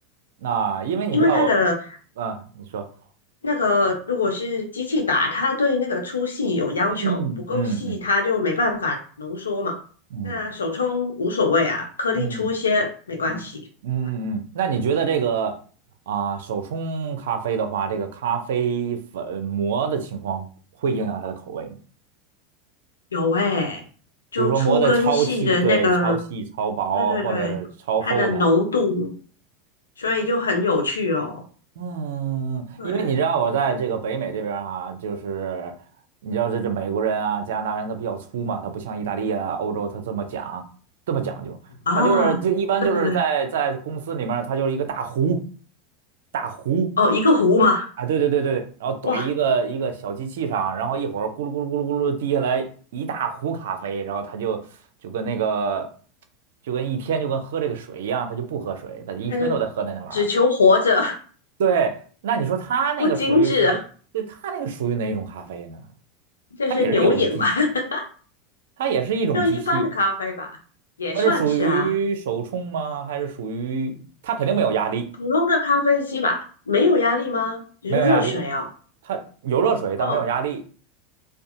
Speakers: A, on the right (about 70°); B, on the left (about 85°).
A: 那因为你知道我，
B: 因为它的
A: 啊，你说，
B: 那个如果是机器打，它对那个粗细有要求，
A: 嗯嗯嗯
B: 不够细它就没办法浓缩嘛。
A: 嗯
B: 那手冲无所谓啊，颗粒粗一些没关系。
A: 嗯嗯嗯嗯，
B: 呃
A: 那你觉得这个啊，手冲咖啡的话，这个咖啡粉磨的情况会影响它的口味吗？
B: 有哎、就粗跟细的那个，
A: 比如说磨的超细，对，超细、超薄或者超厚的，
B: 对对对，它的浓度，所以就很有趣哦。
A: 嗯，
B: 对。
A: 因为你知道我在这个北美这边儿哈、就是你知道这这美国人啊、加拿大人他比较粗嘛，他不像意大利啊、欧洲他这么讲这么讲究，
B: 啊啊，
A: 他就是就一般就是在在公司里面儿他就是一个大壶，
B: 对对对，
A: 大壶
B: 哦，一个湖嘛，
A: 啊，对对对对，对，然后怼一个一个小机器上，
B: 哇，
A: 然后一会儿咕噜咕噜咕噜咕噜滴下来一大壶咖啡，然后他就就跟那个就跟一天就跟喝这个水一样，他就不喝水，他一天都在喝那那玩意儿。
B: 他就只求活着，
A: 对，那你说它那个属于是，
B: 不精致，
A: 对，它那个属于哪种咖啡呢？
B: 这是牛饮吧？
A: 它也是有个机器，
B: <laughs>
A: 它也是一种机器，
B: 就一般的咖啡吧，也算是啊，
A: 它是属于手冲吗？还是属于它肯定没有压力，
B: 普通的咖啡机吧，没有压力吗？只是热水哦，
A: 没有压力，它有热水，
B: 哦，
A: 但没有压力，